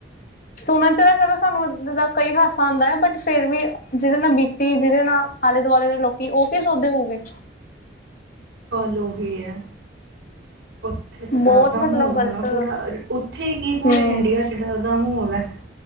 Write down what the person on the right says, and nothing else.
ਗਲ ਓਹੀ ਹੈ। ਉੱਥੇ ਤਾਂ
ਡਰ ਦਾ
ਮਾਹੌਲ ਹੋਣਾ
ਪੂਰਾ, ਉੱਥੇ ਕੀ ਪੂਰੇ
ਇੰਡੀਆ ਚ ਡਰ ਦਾ ਮਾਹੌਲ ਏ ।